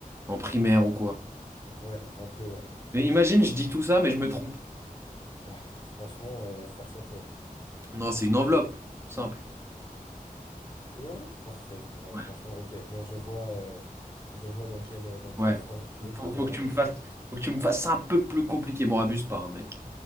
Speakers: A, on the right (about 15°); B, on the left (about 30°).
A: en primaire ou quoi.
B: Ouais, un peu, ouais.
A: Mais imagine, je dis tout ça, mais je me trompe.
B: Bah, franchement, euh, force à toi.
A: Non, c'est une enveloppe, simple.
B: Une enveloppe? Parfait. Ouais,
A: Ouais.
B: franchement, ok. Bon, je vois, euh, je vois dans quelle, dans quelle
A: Ouais.
B: forme tu es. Je
A: Faut,
B: vais pouvoir
A: faut que tu
B: ajuster
A: me fasses,
B: mes questions.
A: faut que tu me fasses un peu plus compliqué. Bon, abuse pas, hein, mais...